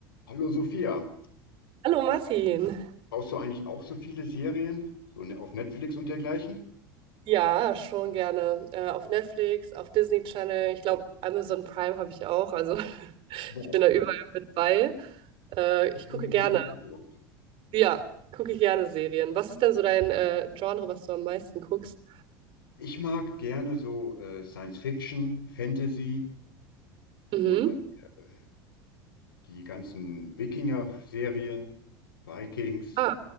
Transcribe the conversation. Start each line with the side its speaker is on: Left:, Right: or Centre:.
Left: Hallo Sophia,
Right: Hallo Martin.
Left: brauchst du eigentlich auch so viele Serien, so ne- auf Netflix und dergleichen?
Right: Ja, schon gerne. Äh, auf Netflix, auf Disney Channel. Ich glaube, Amazon Prime habe ich auch. Also <laughs>
Left: Boah,
Right: ich bin da überall mit bei. Äh, ich
Left: hast du
Right: gucke
Left: richtig
Right: gerne.
Left: gut gewirkt.
Right: Ja, gucke ich gerne Serien. Was ist denn so dein äh, Genre, was du am meisten guckst?
Left: Ich mag gerne so äh, Science Fiction, Fantasy
Right: Mhm.
Left: oder äh, die ganzen Wikinger-Serien, Vikings,
Right: Ah,